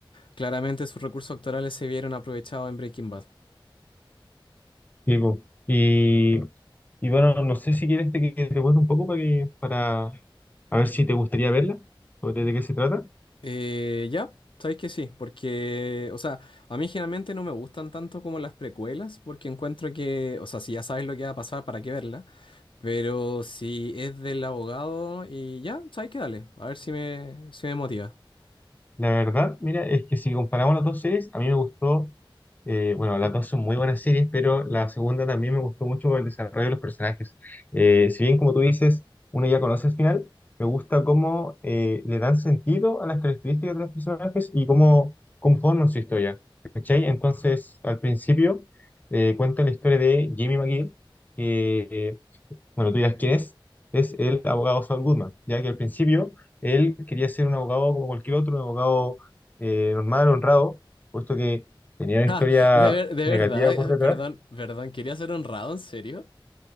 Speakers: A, on the left; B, on the left.
A: claramente sus recursos actorales se vieron aprovechados en Breaking Bad.
B: Sí, po. Y, y bueno, no sé si quieres te- que te cuente un poco para que, para a ver si te gustaría verla, sobre de qué se trata.
A: Eh, ya, sabéis que sí, porque, o sea, a mí generalmente no me gustan tanto como las precuelas, porque encuentro que, o sea, si ya sabes lo que va a pasar, ¿para qué verla? Pero si es del abogado y ya, sabéis que dale, a ver si me, si me motiva. <laughs>
B: La verdad, mira, es que si comparamos las dos series, a mí me gustó, eh, bueno, las dos son muy buenas series, pero la segunda también me gustó mucho por el desarrollo de los personajes. Eh, si bien, como tú dices, uno ya conoce el final, me gusta cómo eh, le dan sentido a las características de los personajes y cómo conforman su historia. ¿Cachai? Entonces, al principio, eh, cuenta la historia de Jimmy McGill, que eh, bueno, tú dirás quién es, es el abogado Saul Goodman, ya que al principio él quería ser un abogado como cualquier otro, un abogado eh, normal, honrado, puesto que tenía una historia
A: Ah, de, ver- de
B: negativa
A: verdad,
B: por
A: eh,
B: detrás
A: perdón, perdón, ¿quería ser honrado, en serio?